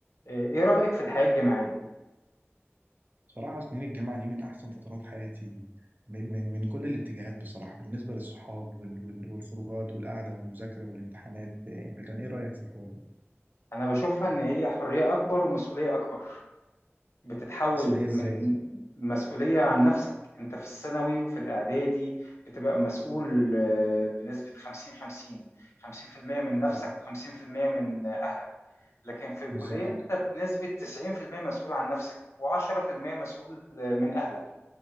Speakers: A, on the left; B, on the right.
A: ايه رأيك في الحياة الجماعية؟
B: صراحة سنين الجامعة دي من أحسن فترات حياتي من من من كل الاتجاهات بصراحة بالنسبة للصحاب وال وال والخروجات والقعدة والمذاكرة والامتحانات أنت كان إيه رأيك في الحوار ده؟
A: انا بشوفها ان هي حرية اكبر ومسؤولية اكبر بتتحول
B: مسؤولية إزاي؟
A: من مسؤولية عن نفسك انت في الثانوي وفي الاعدادي بتبقى مسؤول آه، بنسبة 50 50 50% من نفسك
B: آه
A: و50% من آه، اهلك لكن في الكلية
B: بالظبط
A: انت بنسبة 90% مسؤول عن نفسك و10% مسؤول آه، من اهلك